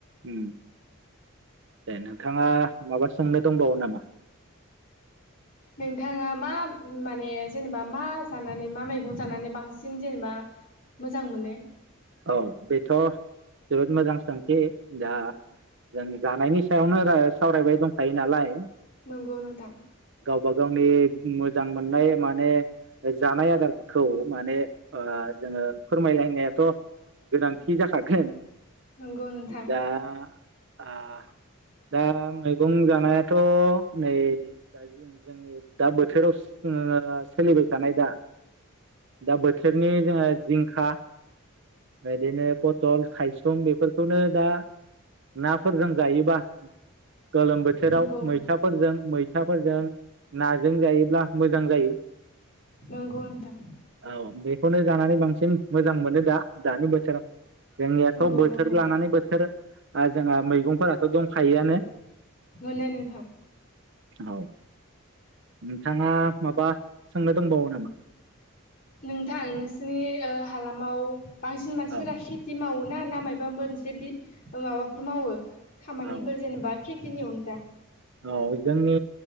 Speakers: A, on the right (about 55°); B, on the left (about 40°).
A: उम दे नोंथांङा माबा सोंनो दंबावो नामा
B: नोंथांङा मा माने जेनेबा मा जानानै मा मैगं जानानै बांसिन जेनेबा मोजां मोनो
A: औ बेथ' जोबोद मोजां सोंथि दा जों जानायनि सायावनो रा सावरायबाय दंखायो नालाय
B: नंगौ नोंथां
A: बा गावनि मोजां मोननाय माने जानाय आदारखौ माने ओ जोंङो फोरमायलायनायाथ' गोनांथि जाखागोन।
B: नंगौ नोंथां
A: दा आ दा मै गं जानायाथ' नै दा जोंनि दा बोथोराव जो सोलिबाय थानाय दा दा बोथोरनि जोंङो जिंखा बिदिनो पथल खायसं बेफोरखौनो दा नाफोरजों जायोबा गोलोम बोथोराव
B: नंगौ
A: मैथाफोरजों मैथाफोरजों नाजों जायोब्ला मोजां जायो।
B: नंगौ नोंथां
A: औ बेखौनो जानानै बांसिन मोजां मोनो दा बोथोराव जोंनियाथ'
B: नंगौ
A: बोथोर
B: नंगौ
A: लानानै बोथोर <unintelligible> आरो जोंहा मैगंफोराथ' दंखायोआनो
B: मोनो नोंथां
A: औ नोंथांङा माबा सोंनो दोंबावो नामा
B: नोंथां नोंसिनि ओ हालामाव बांसिन मानसिफोरा
A: औ
B: खेथि मावोना ना मायबा मोनसे बि माबाफोर मावो खामानिफोर
A: औ
B: जेनेबा खेथिनि अनगा
A: औ जोंनि